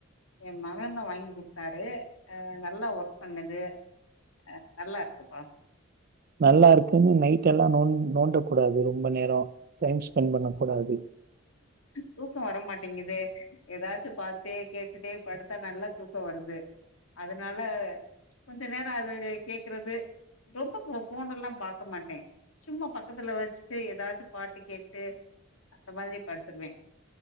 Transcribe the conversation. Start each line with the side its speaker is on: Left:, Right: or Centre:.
Left: எ மகன்தான் வாங்கி குடுத்தாரு அ நல்லா ஒர்க் பண்ணுது அ நல்லா இருக்குப்பா
Right: நல்லா இருக்குன்னு நைட் எல்லா நோன் நோண்ட கூடாது ரொம்ப நேரோ டைம் ஸ்பெண்ட் பண்ண கூடாது
Left: தூக்கோ வரமாட்டேங்குது ஏதாச்சு பாத்துட்டே கேட்டுட்டே படுத்தா நல்லா தூக்கம் வருது அதனால கொஞ்ச நேர அது கேக்குறது ரொம்ப போன் எல்லா பாக்க மாட்டே சும்மா பக்கத்துல வச்சுட்டு ஏதாச்சு பாட்டு கேட்டு அந்த மாதுரி படுத்துருவே